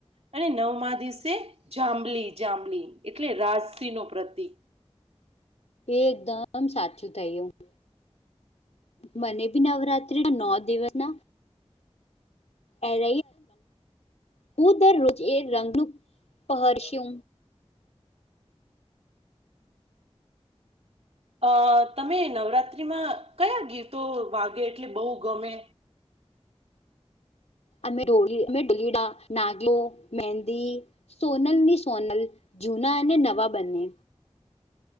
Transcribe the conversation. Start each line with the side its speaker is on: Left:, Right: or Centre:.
Right: અને નવમાં દિવસે જાંબલી, જાંબલી એટલે રાજસીહનો પ્રતિક.
Left: એકદમ સાચું થાય એવું. મને બી નવરાત્રીના નો દિવસના એર હું દરરોજ એ રંગનું પહરસુ
Right: અ તમે નવરાત્રીમાં કયા ગીતો વાગે એટલે બો ગમે.
Left: અમે ઢોળ ડોલીડા નાગલો. મેહદી સોનલની સોનલ જૂના અને નવા બંને.